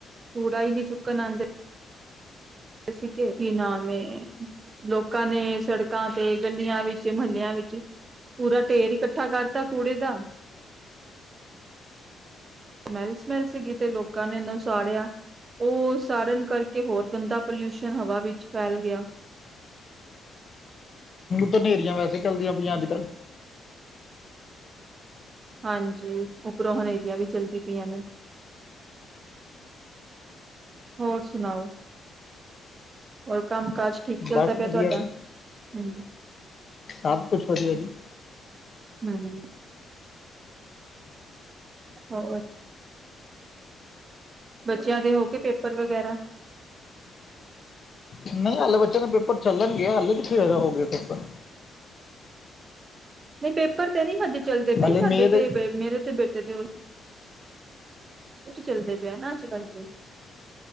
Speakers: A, on the right; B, on the left.
A: ਕੂੜਾ ਹੀ ਨਹੀਂੀ ਚੁੱਕਣ ਆਉਂਦਾ ਅਸੀ ਕੀ ਨਾਮੈਂ ਲੋਕਾਂ ਨੇ ਸੜਕਾਂ ਤੇ ਗਲੀਆਂ ਵਿੱਚ ਮਹੱਲਿਆਂ ਵਿੱਚ ਪੂਰਾ ਢੇਰ ਇਕੱਠਾ ਕਰਤਾ ਕੂੜੇ ਦਾ ਸਮੈਲ ਸਮੈਲ ਸੀਗੀ ਤੇ ਲੋਕਾਂ ਨੇ ਇਹਨ ਸਾੜਿਆ ਉਹ ਸਾੜਨ ਕਰਕੇ ਹੋਰ ਗੰਦਾ ਪੋਲਿਊਸ਼ਨ ਹਵਾ ਵਿੱਚ ਫੈਲ ਗਿਆ
B: ਤਾਂ ਹਨੇਰੀਆਂ ਵੈਸੇ ਚੱਲਦੀਆਂ ਪਈਆਂ ਅੱਜ ਕੱਲ
A: ਹਾਂਜੀ ਉੱਪਰੋਂ ਹਨੇਰੀਆਂ ਵੀ ਚਲਦੀ ਪਈਆਂ ਨੇ ਹੋਰ ਸੁਣਾਓ ਹੋਰ ਕੰਮ ਕਾਜ ਠੀਕ ਚੱਲਦਾ
B: ਬਸ
A: ਪਿਆ
B: ਵਧੀਆ
A: ਤੁਹਾਡਾ
B: ਜੀ
A: ਹੂੰ
B: ਸਭ ਕੁਛ ਵਧੀਆ ਜੀ
A: ਹੂੰ ਹੋ ਬੱਚਿਆਂ ਦੇ ਹੋ ਕੇ ਪੇਪਰ ਵਗੈਰਾ
B: ਨਹੀਂ ਹਲੇੇ ਬੱਚਿਆਂ ਦੇ ਪੇਪਰ ਚੱਲਣਗੇ ਹਲੇੇ ਵੀ ਫਿਰ ਹੋਗੇ ਪੇਪਰ
A: ਨਹੀਂ ਪੇਪਰ ਤੇ ਨਹੀਂ ਹਜ ਚੱਲਦੇ
B: ਹਾਲੇ
A: ਬਈ ਸਾਡੇ
B: ਮੇ ਦੇ
A: ਤੇ ਮੇਰੇ ਤੇ ਬੇਟੇ ਤੇ ਚੱਲਦੇ ਪਿਆ ਨਾ ਅੱਜ ਕੱਲ